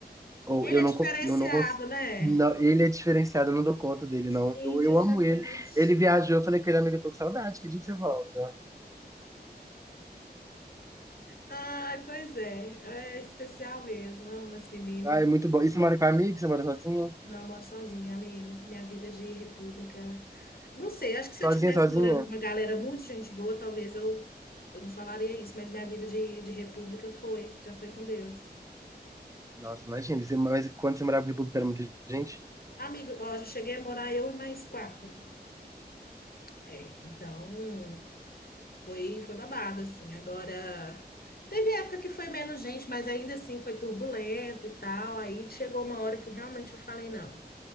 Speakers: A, on the right; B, on the left.
A: Ou
B: Ele
A: eu
B: é
A: não,
B: diferenciado,
A: con- eu não consigo.
B: né?
A: Não, ele é diferenciado, eu não dou conta dele,
B: Gente,
A: não. Eu, eu
B: é chocante.
A: amo ele. Ele viajou, eu falei com ele, amigo, eu tô com saudade, que dia que você volta?
B: Ai, pois é, é especial mesmo. Amo esse menino.
A: Ah, é muito bom. E você mora com amigo? Você mora sozinha?
B: Não, eu moro sozinha, amigo. Minha vida de república. Não sei, acho que se
A: Sozinha,
B: eu estivesse
A: sozinha?
B: morando com uma galera muito gente boa, talvez eu, eu não falaria isso, mas minha vida de, de república foi, já foi com Deus.
A: Nossa, imagina, você, mas quando você morava em República era muita gente?
B: Amigo, ó, já cheguei a morar eu e mais quatro. É, então foi, foi babado, assim. Agora, teve época que foi menos gente, mas ainda assim foi turbulento e tal. Aí chegou uma hora que realmente eu falei, não.